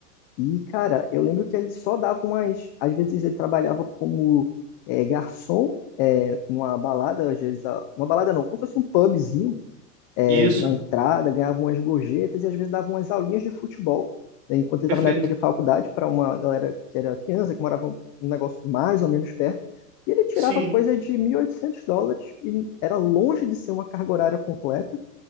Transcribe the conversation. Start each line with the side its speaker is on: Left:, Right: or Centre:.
Left: e, cara, eu lembro que ele só dava umas, às vezes ele trabalhava como é, garçom é, numa balada, às vezes, a- numa balada não, como se fosse um pubzinho é,
Right: Isso,
Left: na entrada, ganhavam umas gorjetas e às vezes davam umas aulinhas de futebol, né, enquanto ele
Right: perfeito.
Left: estava na época de faculdade, para uma galera que era criança, que morava um negócio mais ou menos perto, e ele tirava
Right: Sim,
Left: coisa de 1.800 dólares e era longe de ser uma carga horária completa.